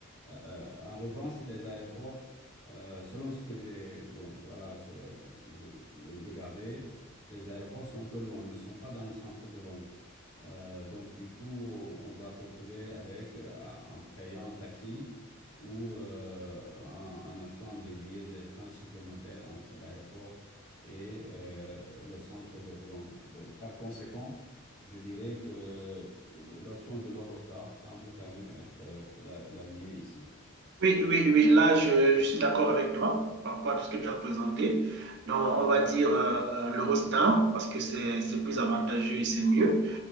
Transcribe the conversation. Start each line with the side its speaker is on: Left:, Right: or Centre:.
Left: Euh, en revanche, les aéroports, euh, selon ce que j'ai bon, voilà, j'ai euh, regardé, les aéroports sont un peu loin, ne sont pas dans le centre de Londres. Euh, donc, du coup, on va se retrouver avec, euh, en payant un taxi ou euh, en, en achetant des billets de train supplémentaires entre l'aéroport et euh, le centre de Londres. Donc, par conséquent, je dirais que euh, l'option de l'Eurostar semble quand même être euh, la, la mieux ici.
Right: Oui, oui, oui. Là, je, je suis d'accord avec toi par rapport à tout ce que tu as présenté. Donc, on va dire euh, euh, l'Eurostar parce que c'est, c'est plus avantageux et c'est mieux.